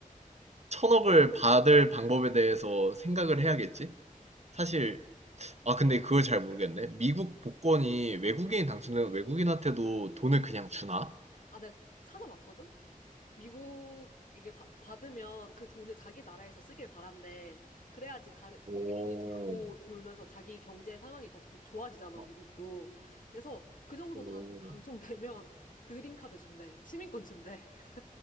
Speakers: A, on the right (about 50°); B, on the left (about 65°).
A: 천억을 받을 방법에 대해서 생각을 해야겠지? 사실, 아, 근데 그걸 잘 모르겠네. 미국 복권이 외국인이
B: 음.
A: 당첨되면 외국인한테도 돈을 그냥 주나?
B: 아, 내가 찾아봤거든? 미국 이게 바- 받으면 그 돈을 자기 나라에서 쓰길 바란대. 그래야지 다른,
A: 오,
B: 이게 돈이 돌고 돌면서 자기 경제 상황이 더 도- 좋아지잖아,
A: 어,
B: 미국도. 그래서 그 정도
A: 오.
B: 당, 당첨되면 그린카드 준대. 시민권 준대. <laughs>